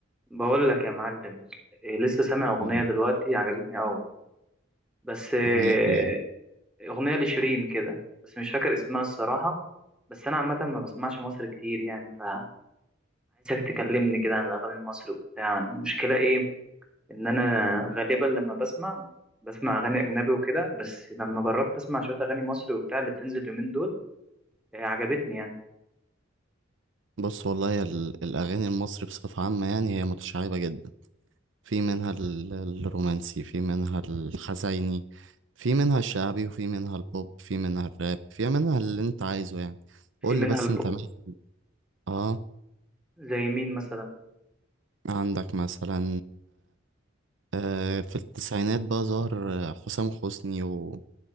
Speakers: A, in the centre; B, on the right.
A: بقول لك يا معلم إيه، لسه سامع أغنية
B: مم.
A: دلوقتي عجبتني قوي بس إيه،
B: أغنية إيه؟
A: أغنية لشيرين كده بس مش فاكر اسمها الصراحة بس أنا عامة ما بسمعش مصر كتير يعني فعايزك تكلمني كده عن الأغاني المصري وبتاع المشكلة إيه إن أنا غالبا لما بسمع بسمع أغاني أجنبي وكده بس لما جربت أسمع شوية أغاني مصري وبتاع اللي بتنزل اليومين دول إيه، عجبتني يعني
B: بص والله يا ال- الأغاني المصري بصفة عامة يعني هي متشعبة جدا في منها ال- الرومانسي في منها الحزيني في منها الشعبي وفي منها البوب في منها الراب في منها اللي أنت عايزه يعني قول
A: في منها
B: لي بس
A: البوم
B: أنت مين آه
A: زي مين مثلا
B: عندك مثلا آه في التسعينات بقى ظهر آه، حسام حسني و...